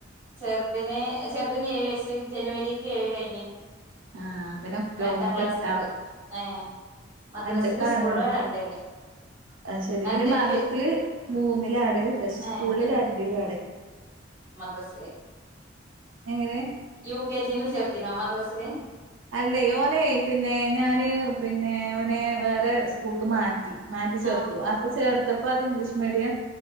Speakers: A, on the right; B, on the right.
A: ചെറുദിന് ചെറ്ദിന് ഏഴ് വയസ്സ് ക്ക് ജനുവരിക്ക് ഏഴ് കഴിഞ്ഞ്
B: ആഹ് പിന്നെ ഒക്ടോബർക്ക്
A: രണ്ടാം ക്ലാസ്ക്ക്
B: എട്ടാവും
A: ഏഹ് മദ്രസില്
B: രണ്ട് ക്കാണ്ഇവന്
A: സ്കൂളില് രണ്ടില്
B: ആ ശരി
A: രണ്ട്ക്ക്
B: ഇവല് മദ്രസിൽ മൂന്നിലാണ് പക്ഷെ
A: ഏഹ്
B: സ്കൂളില് രണ്ടിലാണ്
A: റസില്
B: എങ്ങനെ
A: യു ക്കെ ജി ന്ന് ചേർത്തിനോ മദ്രസില്
B: അല്ലേ ഓനെ പിന്നെ ഞാന് പിന്നെ ഓനെ വേറെ സ്കൂൾക്ക് മാറ്റി മാറ്റി ചേർത്തു
A: ആഹ്
B: അപ്പ ചേർത്ത അപ്പൊ ഇംഗ്ലീഷ് മീഡി യാ